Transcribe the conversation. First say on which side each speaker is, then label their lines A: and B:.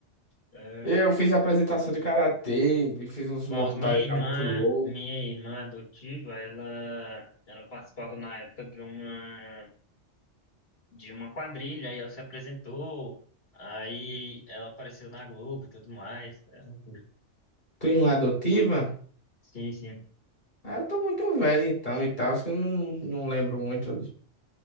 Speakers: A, on the left; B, on the left.
A: É.
B: Eu fiz apresentação de karatê, fiz uns
A: Bom,
B: mortais
A: minha irmã,
B: lá muito louco.
A: minha irmã adotiva, ela, ela participava na época de uma, de uma quadrilha, e ela se apresentou, aí ela apareceu na Globo e tudo mais. É, loucura.
B: Tua irmã adotiva?
A: Sim, sim.
B: Ah, Eu tô muito velho então e tal, acho que eu não, não lembro muito.